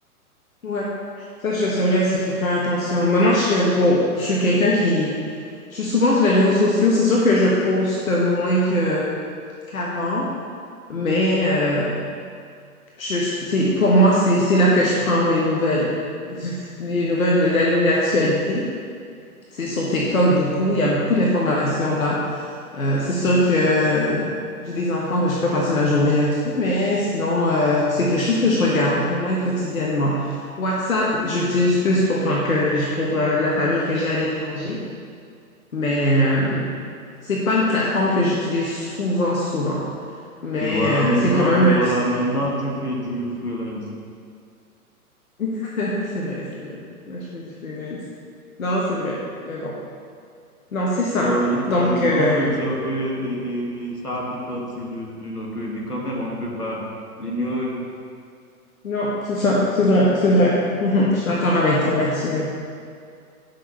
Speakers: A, on the left; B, on the left.
A: Ouais. Ça, je- c'est vrai, il faut faire attention. Mais moi, je suis pour, je suis quelqu'un qui, je suis souvent sur les réseaux sociaux. C'est sûr que je poste moins que qu'avant, mais euh, je, je- c'est- pour moi, c'est c'est là que je prends mes nouvelles, <laughs> les nouvelles de la- de l'actualité. C'est sur TikTok beaucoup. Il y a beaucoup d'informations là. Euh, c'est sûr que j'ai des enfants, ben, je peux passer ma journée là-dessus, mais sinon, euh, c'est quelque chose que je regarde, au moins quotidiennement. WhatsApp, j'utilise plus pour quand que je- pour euh, de la famille que j'ai à l'étranger, mais euh, c'est pas une plateforme que j'utilise souvent, souvent. Mais
B: Et voilà
A: euh,
B: maintenant,
A: c'est quand même
B: et
A: un
B: voilà
A: petit truc.
B: maintenant, tu fais du freelance.
A: <laughs> C'est vrai, c'est vrai. Là, je me dis freelance. Non, c'est vrai. Mais bon. Non, c'est ça.
B: So, le-
A: Donc,
B: euh,
A: euh,
B: on peut dire que et, et- et ça fait partie de, de notre vie quand même, on ne peut pas l'ignorer.
A: non, c'est ça. C'est vrai, c'est vrai. Mhm. Je suis d'accord avec toi là-dessus, mec.